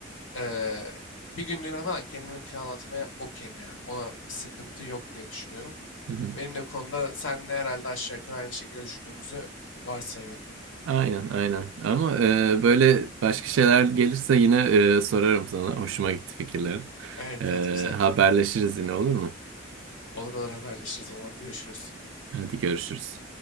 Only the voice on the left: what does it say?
eee, bir günlüğüne falan kendimi kiralatmaya okeyim ya. Ona bir sıkıntı yok diye düşünüyorum.
Benim de konuda senle herhalde aşağı yukarı aynı şekilde düşündüğümüzü varsayıyorum.
Evet
evet güzel konu.
Olur olur haberleşiriz o zaman görüşürüz.